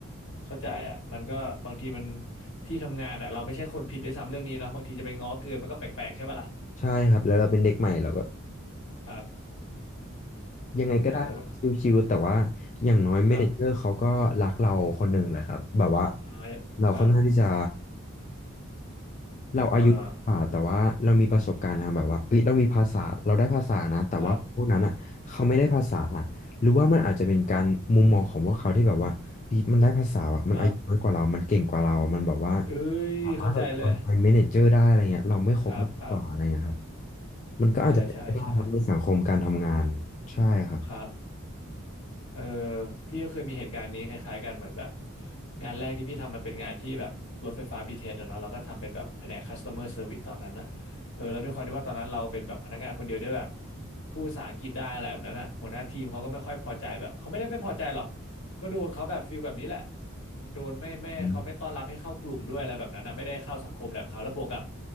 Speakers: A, on the left; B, on the left.
A: เข้าใจอ่ะมันก็บางทีมันที่ทำงานอ่ะเราไม่ใช่คนผิดด้วยซ้ำเรื่องนี้เนาะบางทีจะไปง้อเกินมันก็แปลกๆใช่ป่ะล่ะ
B: ใช่ครับแล้วเราเป็นเด็กใหม่เราก็
A: ครับ
B: ยังไงก็ได้
A: มันก็เออ
B: ชิวๆแต่ว่าอย่างน้อยเมเนเจอร์เขาก็รักเราคนหนึ่งแหละครับแบบว่า
A: ครับอ่าครับ
B: เราค่อนข้างที่จะ เราอายุกว่าแต่ว่าเรามีประสบการณ์ทางแบบว่าเอ้ยเรามีภาษาเราได้ภาษานะแต่ว่าพวกนั้นอ่ะเขาไม่ได้ภาษา
A: อ่าครับ
B: หรือว่ามันอาจจะเป็นการมุมมองของพวกเขาที่แบบว่าเฮ้ยมันได้ภาษาอะมันอายุน้อยกว่าเรามันเก่งกว่าเรามันแบบว่า
A: ครับเอ้ยเข้าใจเลย
B: สามารถแบบเป็น manager ได้อะไรเงี้ยเราไม่ครบมากกว่าอะไรเงี้ยครับ
A: ครับครับ
B: มันก็อาจจะเป็นไปได้ครับในสังคมการทำงานใช่ครับ
A: ใช่ใช่ใช่ครับ เออพี่ก็เคยมีเหตุการณ์นี้คล้ายๆกันเหมือนแบบงานแรกที่พี่ทำมันเป็นงานที่แบบรถไฟฟ้า b t เอสอะเนาะเราก็ทำเป็นแบบแผนก c u เมอร์เซอร์วิสตอนนั้นอะเออแล้วด้วยความที่ว่าตอนนั้นเราเป็นแบบพนักงานคนเดียวด้วยแบบพูดภาษาอังกฤษได้อะไรแบบนั้นอะหัวหน้าทีมเขาก็ไม่ค่อยพอใจแบบเขาไม่ได้ไม่พอใจหรอก ก็โดนเขาแบบฟีลแบบนี้แหละโดนไม่ไม่เขาไม่ต้อนรับให้เข้ากลุ่มด้วยอะไรแบบนั้นนะไม่ได้เข้าสังคมแบบเขาแล้วบวกกับ
B: อืม